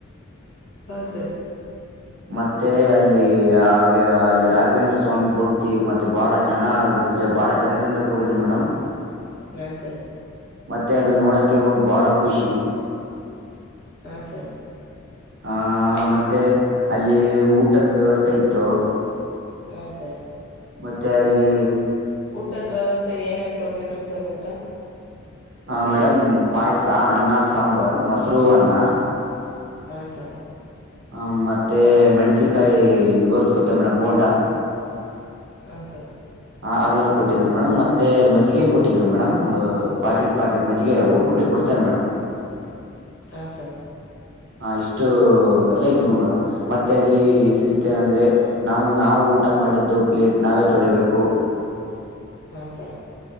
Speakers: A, on the left; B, on the right.
A: ಹಾ ಸರ್.
B: ಮತ್ತೆ ಅಲ್ಲಿ ಹಾಗೆ ಅಲ್ಲಿ ರಾಘವೇಂದ್ರ ಸ್ವಾಮಿ ಭಕ್ತಿ ಮತ್ತೆ ಬಹಳ ಜನ ಬ್ಜ ಬಹಳ ಜನದಿಂದ ಕೂಡಿದ್ರು ಮೇಡಮ್.
A: ಹ ಸರ್.
B: ಮತ್ತೆ ಅದನ್ನೋಡಕ್ಕೆ ಒಂದ್ ಬಾಳ ಖುಷಿ.
A: ಹಾ ಸರ್.
B: ಹಾ ಮತ್ತೆ ಅಲ್ಲಿ ಊಟದ್ ವ್ಯವಸ್ಥೆ ಇತ್ತು.
A: ಹಾ ಸರ್.
B: ಮತ್ತೆ ಅಲ್ಲಿ
A: ಊಟದ್ ವ್ಯವಸ್ಥೆ ಏನೇನ್ ಕೊಟ್ ಟಿವ್ರು ಸರ್ ಊಟ
B: ಹ ಮೇಡಮ್ ಪಾಯಾಸ ಅನ್ನ ಸಾಂಬಾರ್ ಮೊಸರು ಅನ್ನ.
A: ಹಾ ಸರ್.
B: ಹ ಮತ್ತೆ ಮೆಣಸಿಕಾಯಿ ಇದು ಬರುತ್ ಗೊತ್ತಾ ಮೇಡಮ್ ಬೊಂಡಾ.
A: ಹ ಸರ್.
B: ಹಾ ಅದನ್ನು ಕೊಟ್ಟಿದ್ರು ಮೇಡಮ್ ಮತ್ತೆ ಮಜ್ಜಗೆ ಕೊಟ್ಟಿದ್ರು ಮೇಡಮ್, ಒಂದು ಪಾಕೆಟ್ ಪಾಕೆಟ್ ಮಜ್ಜಿಗೆ ಒಬ್ಬೊಬ್ರಿಗೆ ಕೊಡ್ತಾರೆ ಮೇಡಮ್.
A: ಹಾ ಸರ್.
B: ಹಾ ಇಷ್ಟು ಎಲ್ಲ ಇದ್ವು ಮೇಡಮ್ ಮತ್ತೆ ಅಲ್ಲಿ ಶಿಸ್ತ ನಂದ್ರೆ ನಾವು ನಾವು ಊಟ ಮಾಡಿದ್ದು ಪ್ಲೇಟ್ ನಾವೇ ತೊಳಿಬೇಕು.
A: ಹಾ ಸರ್.